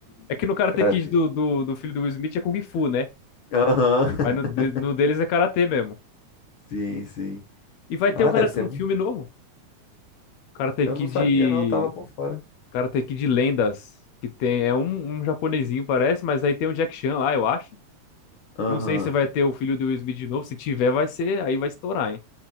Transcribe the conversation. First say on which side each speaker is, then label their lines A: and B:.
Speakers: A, on the left; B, on the left.
A: É que no Karate
B: Cara,
A: Kid do, do, do filho do Will Smith é Kung Fu, né?
B: Aham.
A: Mas no, de-
B: <laughs>
A: no deles é karatê mesmo.
B: Sim, sim.
A: E vai ter
B: Ah,
A: um, karate-
B: deve ser.
A: um
B: ma-
A: filme novo. Karate
B: Eu
A: Kid.
B: não sabia, não, tava por fora.
A: Karate Kid Lendas. Que tem. É um, um japonesinho, parece, mas aí tem o Jack Chan lá, eu acho.
B: Aham.
A: Não sei se vai ter o filho do Will Smith de novo. Se tiver, vai ser. Aí vai estourar, hein?